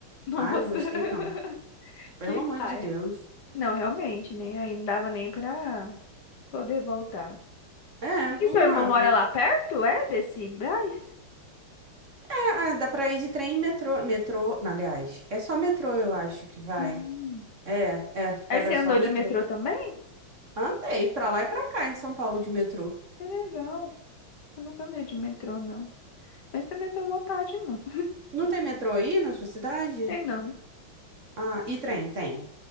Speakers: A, on the left (about 60°); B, on the right (about 40°).
A: Nossa,
B: Ai, não gostei
A: <laughs>
B: não. Pelo
A: que
B: amor
A: paia.
B: de Deus.
A: Não, realmente, né? Aí não dava nem pra poder voltar.
B: É,
A: E
B: não
A: seu
B: dava.
A: irmão mora lá perto, é? Desse Brás?
B: Ah, dá pra ir de trem e metrô. Metrô, não, aliás, é só metrô, eu acho que vai.
A: Ah.
B: É, é, pega
A: Aí você andou
B: só o metrô.
A: de metrô também?
B: Andei pra lá e pra cá em São Paulo de metrô.
A: Que legal. Eu nunca andei de metrô, não. Mas também não tenho vontade, não.
B: Não tem metrô aí na sua cidade?
A: Tem não.
B: Ah, e trem, tem.